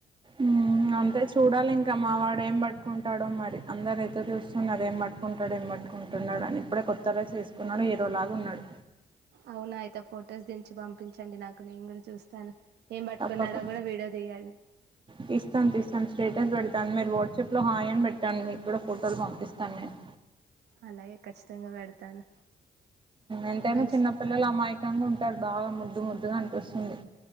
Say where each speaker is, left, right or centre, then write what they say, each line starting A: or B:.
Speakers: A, on the right; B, on the right.
A: మ్... అంతే చూడాలి ఇంకా మా వాడు ఏం బట్టుకుంటాడో మరి అందరు ఎదురు చూస్తున్నారు ఏం బట్టుకుంటాడు ఏం బట్ పట్టుకుంటున్నాడు అని ఇప్పుడే కొత్త డ్రెస్ వేసుకున్నాడు హీరోలాగా ఉన్నాడు
B: అవునా అయితే ఫొటోస్ దించి పంపించండి నాకు నేను గూడా చూస్తాను ఏం పట్టుకున్నాడో
A: తప్పకు
B: కూడా వీడియో తీయండి
A: తీస్తాం తీస్తాం స్టేటస్ పెడ తాన్ మీరు వాట్సాప్లో హాయ్ అని పెట్టండి మీకు కూడా ఫోటోలు పంపిస్తాను నేను
B: అలాగే ఖచ్చితంగా పెడతాను
A: ఎంతైనా
B: మంచి
A: చిన్న పిల్లలు అమాయకంగా ఉంటారు బాగా ముద్దు ముద్దుగా అనిపిస్తుంది